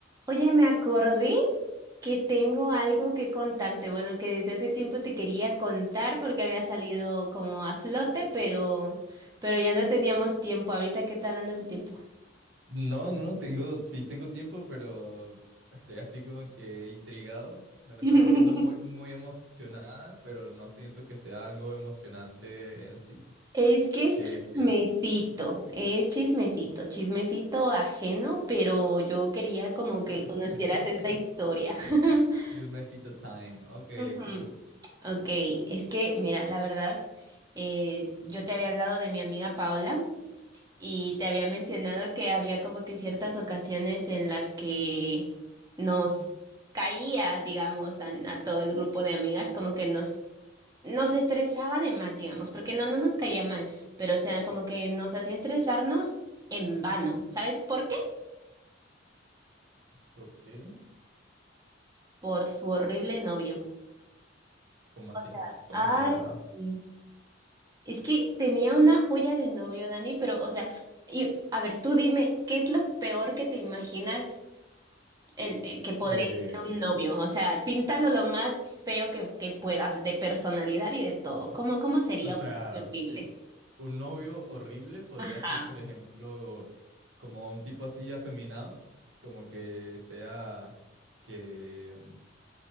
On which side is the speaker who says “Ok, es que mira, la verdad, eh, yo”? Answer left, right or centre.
Right